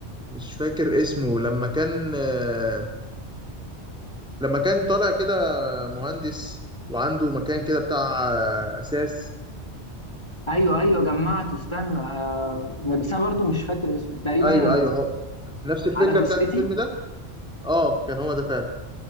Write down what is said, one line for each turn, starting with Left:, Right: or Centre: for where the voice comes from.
Centre: مش فاكر اسمه لما كان آه، لما كان طالع كده مهندس وعنده مكان كده بتاع آه، اساس
Left: ايوه ايوه جمعته استنى آه بس انا برضو مش فاكر اسمه تقريبا
Centre: ايوه ايوه هو نفس الفكرة
Left: على جثتي
Centre: بتاعت الفيلم ده اه كان هو ده فعلا